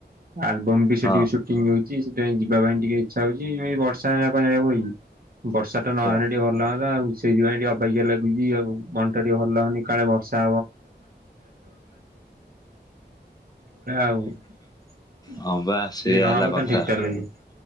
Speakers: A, on the right; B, on the left.
A: <unintelligible> ଆଲବମ୍ ବି ସେଠି
B: ହଁ
A: ସୁଟିଂ ହଉ ଯେ ସେଥିପାଇଁ ଯିବା ପାଇଁ ଟିକେ ଇଚ୍ଛା ହଉଛି ଏମିତି ବର୍ଷା ହେଲେ ଆଉ କଣ ଯାଇହେବ କି। ବର୍ଷା ଟା
B: ଆଚ୍ଛା।
A: ନହେଲେ ଟିକେ ଭଲ ଲାଗନ୍ତା ଆଉ ସେଇଥିପାଇଁ ଟିକେ ଅବାଗିଆ ଲାଗୁଛି ଆଉ ମନ୍ ଟା ଟିକେ ଭଲ ଲାଗୁନି କାଳେ ଵ <unintelligible> ଏଇଭଳିଆ ଆଉ ଯଦି
B: ହଁ ବା ସେଇଆ
A: ନ
B: ହେଲା
A: ହବ
B: କଥା।
A: ତାହାଲେ ଠିକଠାକ ଲାଗିବ।